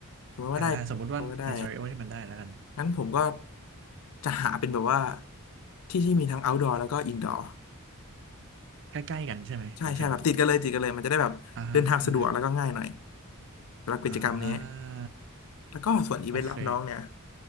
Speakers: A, on the left; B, on the right.
A: สมมติว่าได้สมมติว่าได้
B: อ่าอ่าสมมติว่าใน s c e n โอที่มันได้แล้วกัน
A: งั้นผมก็จะหาเป็นแบบว่าที่ที่มีทั้ง outdoor แล้วก็ indoor
B: ใกล้ๆกันใช่ไหมหมายถึง
A: ใช่ใช่แบบติดกันเลยติดกันเลยมันจะได้แบบเดินทางสะดวกแล้วก็ง่ายหน่อย
B: อ่าฮะอ่าฮะ
A: สำหรับกิจกรรมนี้
B: อ่า
A: แล้วก็ส่วนอีเวนต์รับน้องเนี่ย
B: โอเค